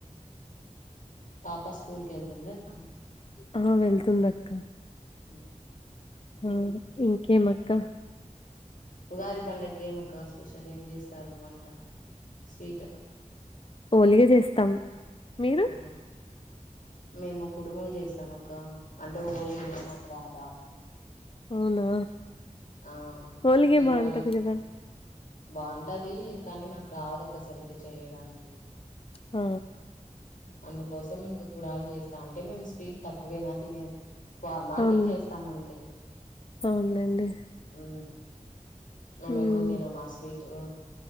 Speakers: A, on the left; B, on the left.
A: పాప స్కూల్ కి వెళ్తుందా అక్క
B: ఆహా వెళ్తుంది అక్క
A: హ
B: ఉమ్ ఇంకేమక్క
A: ఉగాది పండకి ఏమీ అక్క స్పెషల్ ఏం చేస్తారు వంట స్వీట్
B: ఓలిగా చేస్తాం మీరు
A: ఆహా మేము కుడుములు చేస్తాం అక్క అంటే హోలీ ఏంద నాకు రాదా
B: అవునా
A: ఆ
B: హోలీగేమ్
A: మీరు
B: బాగుంటది
A: ఓలి
B: కదా
A: బాగుంటది కానీ నాకు రాదుక్క సరిగ్గా చేయడానికి
B: ఆ
A: అందుకోసం ఇంకా కుడాలు చేస్తా అంటే మేము స్పీడ్ తక్కువేనా తినేది ఫార్మాలిటీకి
B: అవునులే
A: చేస్తాం అంతే
B: అవునులేండి
A: ఉమ్మ్ మేం
B: ఉమ్
A: ఎక్కువ తినము ఆ స్వీట్ తు